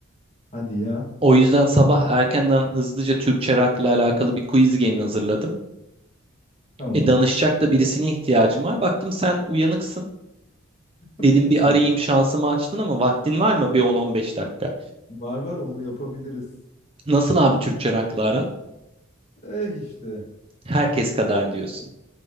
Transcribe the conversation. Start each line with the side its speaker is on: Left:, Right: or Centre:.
Left: hadi ya.
Right: O yüzden sabah erkenden hızlıca Türkçe rock'la alakalı bir quiz game hazırladım.
Left: Tamam.
Right: E danışacak da birisine ihtiyacım var. Baktım sen uyanıksın. Dedim
Left: Beni mi
Right: bir
Left: sevdin?
Right: arayayım şansımı açtın ama vaktin var mı bir 10-15 dakika?
Left: Var var olur yapabiliriz.
Right: Nasıl abi Türkçe rock'la aran?
Left: Eh işte.
Right: Herkes kadar diyorsun.